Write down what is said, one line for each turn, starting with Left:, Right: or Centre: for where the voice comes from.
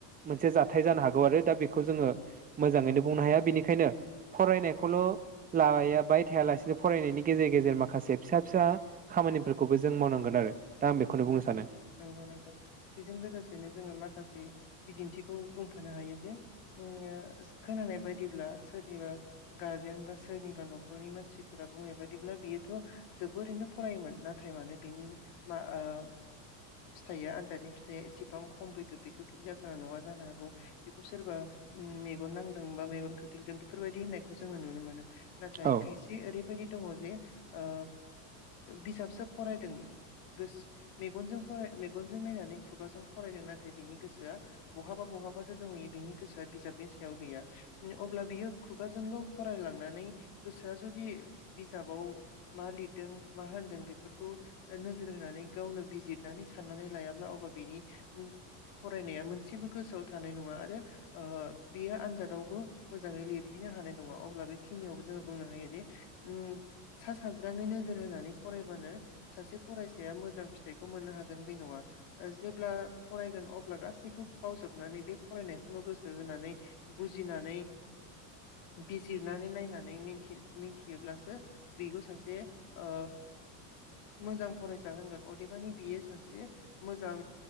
Right: मोनसे जाथाय जानो हागौ आरो दा बेखौ जोङो मोजाङैनो बुंनो हाया बेनिखायनो फरायनायखौल' लायाबाय थायालासिनो फरायनायनि गेजेर गेजेर माखासे फिसा फिसा खामानिफोरखौबो जों मावनांगोन आरो दा आं बेखौनो
Left: नंगौ
Right: बुंनो सानो
Left: नोंथां नंगौ नोंथां बेजों लोगोसेनो जोङो माखासे बिदिन्थिखौ बुंफानो हायो जे उम खोनानाय बायदिब्ला सोरनिबा गारजेन बा सोरनिबा न'खरनि मानसिफोरा बुंनाय बायदिब्ला बियोथ' जोबोरैनो फरायोमोन नाथाय मानो बिनि मा ओ फिथाइया आनजादनि फिथाइया एसेबां खम फैगो बेथ' बिदि जाथारना नङा जानो हागौ बेखौ सोरबा मेगन नांदों बा मेगन खोख्लैदों बेफोरबायदि होननायखौ जोङो नुनो मोनो। नाथाय
Right: औ
Left: खायसे ओरै बेबायदि दङ जे ओ बिजाबसो फरायदों सो मेगनजों फ मेगनजों नायनानै खुगाजों फरायदों नाथाय बिनि गोसोआ बहाबा बहाबासो दंहैयो बिनि गोसोआ बिजाबनि सायाव गैया अब्ला बियो खुगाजोंल' फरायलांनानै गोसोआ जुदि बिजाबाव मा लिरदों मा होनदों बेफोरखौ नो नोजोर होनानै गावनो बिजिरनानै साननानै लायाब्ला अब्ला बिनि फरायनाया मोनसेबो गोसोआव थानाय नङा आरो ओ बेयो आनजादावबो मोजाङै लिरहैनो हानाय नङा अब्ला बेखिनियावबो जोङो बुंनो हायो दि उम सा साज्राङै नोजोर होनानै फरायबानो सासे फरायसाया मोजां फिथाइखौ मोननो हागोन बे नङा जेब्ला फरायगोन अब्ला गासैखौबो बावजोबनानै बे फरायनायखौल' गोसो होनानै बुजिनानै बिजिरनानै नायनानैथि मिथि मिथियोब्लासो बेखौ सासे ओ मोजां फरायसा होनगोन अदेबानि बियो सासे मोजां